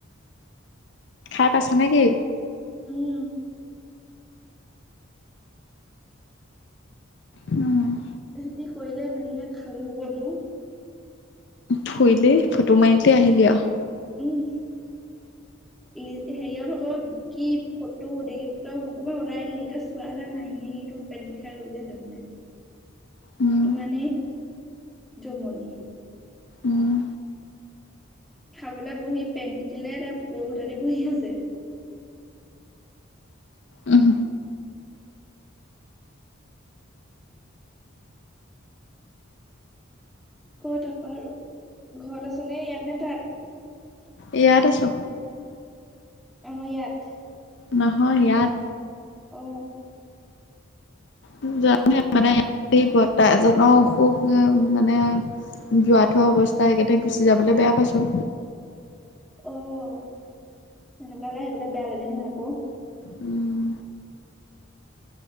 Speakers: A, on the left; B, in the centre.
A: খাই পাইছ না কি
B: উম
A: উম
B: সেহতি কৰিলে মেলিলে খালো বলো
A: ফুৰিলি ফটো মাৰিলি আহিলি আও
B: উম লি হেৰিয়া ভাগ কি ফটো দেখি তই গ্ৰোপৰ পৰা ওলাই দিলি তই চোৱা হলে হাঁহি হাঁহি তোৰ পেট বিষাই গলগে হেতেন
A: উম
B: ইমানেই জমনি
A: উম
B: খাবলে বহি পেণ তিতিলে তাৰ পুকৰ ফুটা দি বহি আছে
A: অ অহ
B: ক তাপা আৰু ঘৰত আছ নে ইয়াত নে তাত
A: ইয়াত আছো
B: আমাৰ ইয়াত।
A: নহয় ইয়াত।
B: অ'।
A: <unintelligible> এই বৰৰ্তা এজনৰ অসুখ যে মানে যোৱা থোৱা অৱস্থা সেই কাৰণে গুচি যাবলৈ বেয়া পাইছো।
B: অ', এনেকুৱা হ'লে আহিবলৈ বেয়া লাগে নহয় আকৌ।
A: উম।